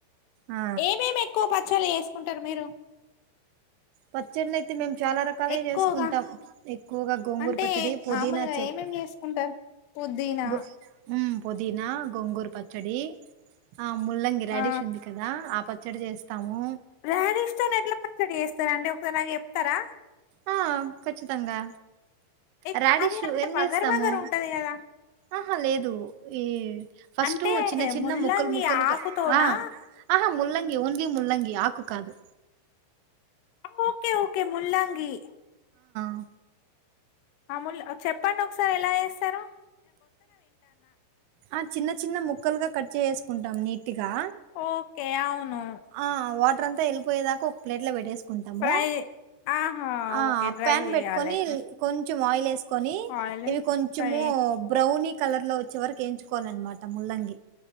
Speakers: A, on the right (about 90°); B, on the left (about 85°).
A: ఆ
B: ఏమేమి ఎక్కువ పచల్లు చేసుకుంటారు మీరు
A: పచ్చళ్ళు అయితే మేము చాలా రకాలే
B: ఎక్కువగా
A: చేసుకుంటాం ఎక్కువగా గోంగూర
B: అంటే
A: పచ్చడి పుదీనా
B: మామూలుగా
A: చెట్
B: ఏమేమి చేసుకుంటారు పుదీనా
A: గో ఉమ్ పుదినా గోంగూరు పచ్చడి ఆ ముల్లంగి రాడీష్
B: ఆ
A: ఉంది కదా ఆ పచ్చడి చేస్తాము
B: ర్యాడిష్ తోని ఎట్లా పచ్చడి చేస్తారండి ఒకసారి నాకు చెప్తారా
A: ఆ ఖచ్చితంగా
B: ఎట్
A: రాడీష్
B: అది అంత
A: ఏం
B: వగరు
A: చేస్తాము
B: వగరు ఉంటది కదా
A: ఆహా లేదు ఈ ఫస్ట్
B: అంటే
A: చిన్న చిన్న
B: ముల్లంగి
A: ముక్కల్ ముక్కల్గా
B: ఆకుతోనా
A: ఆ ఆహా ముల్ల ఓన్లీ ముల్లంగి ఆకు కాదు
B: ఓకే ఓకే ముల్లాంగి
A: అ
B: అ ముల్ చెప్పండి ఒకసారి ఎలా చేస్తారో
A: ఆ చిన్న చిన్న ముక్కలుగా కట్ చేేసేసుకుంటాం నీట్గా
B: ఓకె అవును
A: ఆ వాటర్ అంతా వెళ్ళిపోయేదాకా ఒక ప్లేట్ ల పెట్టేస్ కుంటాము
B: ఫ్రై ఆహా
A: ఆ
B: ఓకే డ్రై
A: ప్యాన్
B: చేయాలి
A: పెట్టుకొని కొంచెం ఆయిల్ వేసుకొని
B: ఆయిల్
A: ఇవి కొంచము
B: ఫ్రై
A: బ్రౌనీ కలర్ లో వచ్చే వరకు ఎంచుకోవాలన్నమాట ముల్లంగి